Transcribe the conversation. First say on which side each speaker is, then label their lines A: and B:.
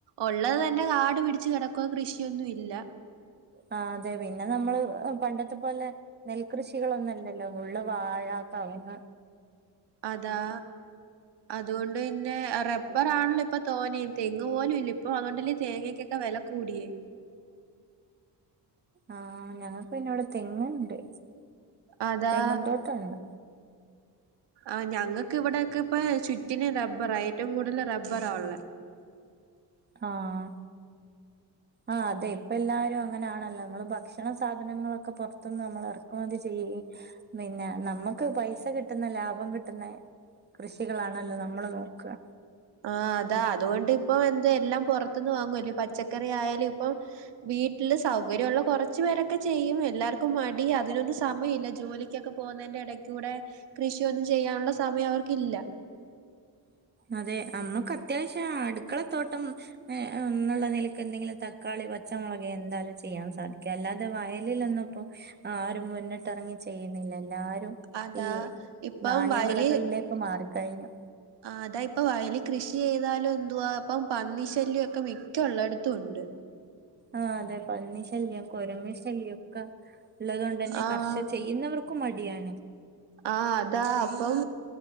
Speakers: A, on the right (about 85°); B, on the right (about 25°).
A: ഒള്ളത് തന്നെ കാടു പിടിച്ച് കിടക്ക കൃഷിയൊന്നും ഇല്ല
B: ആഹ് അതെ പിന്നെ നമ്മള് പണ്ടത്തെ പോലെ നെൽകൃഷികൾ ഒന്നു ഇല്ലല്ലോ ഉള്ള വാഴാ കവുങ്ങ്
A: അതാ അതുകൊണ്ട് പിന്നെ റബ്ബാറാണല്ലോ ഇപ്പൊ തോനയും തെങ്ങ് പോലും ഇല്ല ഇപ്പൊ അതൊണ്ടല്ലേ തേങ്ങക്കൊക്കെ വില കൂടിയേ
B: ആഹ് ഞങ്ങക്ക് പിന്നെ ഇവിടെ തെങ്ങുണ്ട്
A: അതാ
B: തെങ്ങും തോട്ടണ്ട്
A: ആഹ് ഞങ്ങക്ക് ഇവിടെയൊക്കിപ്പ ചുറ്റിന് റബ്ബറാ ഏറ്റവും കൂടുതൽ റബ്ബറാള്ളേ
B: ആഹ് ആഹ് അതെ ഇപ്പ എല്ലാരും അങ്ങനൊണല്ലോ നമ്മള് ഭക്ഷണ സാധനങ്ങളൊക്കെ പുറത്തുനിന്ന് നമ്മൾ ഇറക്കുമതി ചെയ്യു പിന്നെ നമ്മൾക്ക് പൈസ കിട്ടുന്ന ലാഭം കിട്ടുന്ന കൃഷികളാണല്ലോ നമ്മള് നോക്ക
A: ആഹ് അതാ അതുകൊണ്ട് ഇപ്പൊ എന്ത് എല്ലാം പുറത്തുന്ന് വാങ്ങു എല്ല പച്ചക്കറി ആയാലു ഇപ്പം വീട്ടില് സൗകര്യള്ള കുറച്ചു പേരൊക്കെ ചെയ്യും എല്ലാർക്കും മടിയാ അതിനൊന്നു സമയല്ല ജോലിക്കൊക്കെ പോ പോന്നെന്റെ ഇടേ കൂടെ കൃഷിയൊന്നും ചെയ്യാനുള്ള സമയം അവർക്കില്ല
B: അതെ അമ്മക്ക് അത്യാവശ്യാ അടുക്കള തോട്ടം ഏഹ് എന്നുള്ള നിലയ്ക്ക് എന്തെങ്കിലും തക്കാളി പച്ചമുളക് എന്തായാലും ചെയ്യാൻ സാധിക്കു അല്ലാ വയലിലൊന്നിപ്പോ ആരും മുന്നിട്ട് ഇറങ്ങി ചെയ്യുന്നില്ല എല്ലാരും
A: അതാ
B: ഈ
A: ഇപ്പം
B: നാണയവിളകളിലേക്ക്
A: വയല്
B: മാറിക്കഴിഞ്ഞു
A: ആഹ് അതാ ഇപ്പൊ വയലി കൃഷി ചെയ്താലും എന്തുവാ പ്പ പന്നി ശല്യ ഒക്കെ മിക്ക ഉള്ളിടത്തും ഉണ്ട്
B: ആഹ് അതെ പന്നി ശല്യം കുരങ്ങ ശല്യംക്കെ ഉള്ളത്കൊണ്ട് തന്നെ
A: ആഹ്
B: കർഷകർക്ക് ചെയ്യുന്നവർക്കും മടിയാണ്
A: ആഹ് അതാ അപ്പം